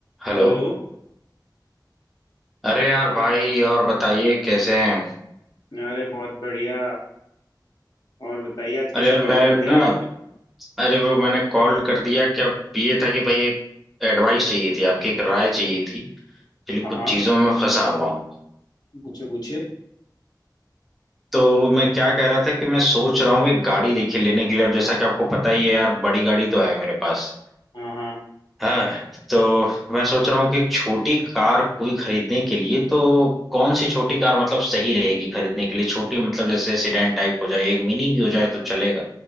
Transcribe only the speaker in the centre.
Hello
अरे यार
भाई और बताइए कैसे हैं
अरे यार
मैं
ना अरे वो मैंने कॉल कर दिया कि अब ये था कि भाई एक एडवाइस चाहिए थी आपकी एक राय चाहिए थी एक्चुअली कुछ
चीजों में फंसा हुआ हूँ
तो मैं क्या कह रहा था कि मैं सोच रहा हूँ एक गाड़ी देखी लेने के लिए अब जैसा कि आपको पता ही है यार बड़ी गाड़ी तो है मेरे पास
हाँ तो मैं सोच रहा हूँ कि एक छोटी कार कोई खरीदने के लिए तो कौन सी छोटी कार मतलब सही रहेगी खरीदने के लिए छोटी मतलब जैसे सेडान टाइप हो जाए मिनी भी हो जाए तो चलेगा